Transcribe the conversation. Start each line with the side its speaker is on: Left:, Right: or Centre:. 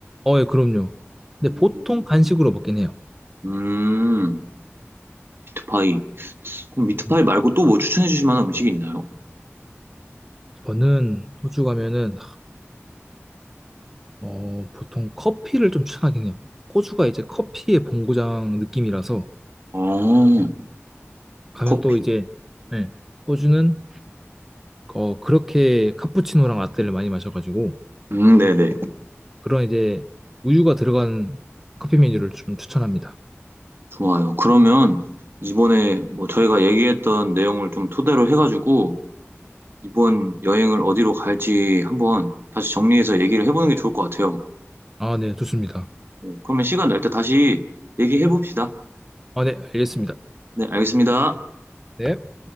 Centre: 어, 예, 그럼요. 근데
Right: 음,
Centre: 보통 간식으로 먹긴 해요.
Right: 음, 미트파이. 그럼 미트파이
Centre: 네.
Right: 말고 또 뭐 추천해 주실 만한 음식이 있나요?
Centre: 저는 호주 가면은 어, 보통 커피를 좀 추천하긴 해요. 호주가 이제 커피의 본고장 느낌이라서
Right: 어,
Centre: 가면
Right: 커피.
Centre: 또 이제 네, 호주는 어, 그렇게 카푸치노랑 라떼를 많이 마셔가지고
Right: 음, 네네.
Centre: 그런 이제 우유가 들어간 커피 메뉴를 좀 추천합니다.
Right: 좋아요. 그러면 이번에 뭐 저희가 얘기했던 내용을 좀 토대로 해가지고 이번 여행을 어디로 갈지 한번 다시 정리해서 얘기를 해보는 게 좋을 것 같아요.
Centre: 아, 네, 좋습니다.
Right: 네, 그러면 시간 날 때 다시 얘기해봅시다.
Centre: 아, 네, 알겠습니다.
Right: 네, 알겠습니다.
Centre: 네.